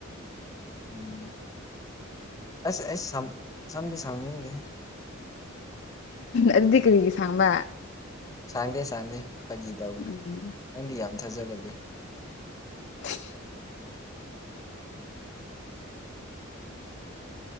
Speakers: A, on the left; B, on the left.
A: ꯎꯝ ꯑꯁ ꯑꯩꯁ ꯁꯝ ꯁꯝꯗꯤ ꯁꯝꯅꯤꯡꯗꯦꯦ
B: ꯑꯗꯨꯗꯤ ꯀꯔꯤꯒꯤ ꯁꯥꯕ
A: ꯁꯥꯡꯗꯦ ꯁꯥꯡꯗꯦ ꯐꯥꯒꯤ ꯇꯧꯅꯦ
B: ꯎꯝ
A: ꯅꯪꯗꯤ ꯌꯥꯝ ꯊꯥꯖꯒꯜꯂꯤ
B: <inaudible> <inaudible>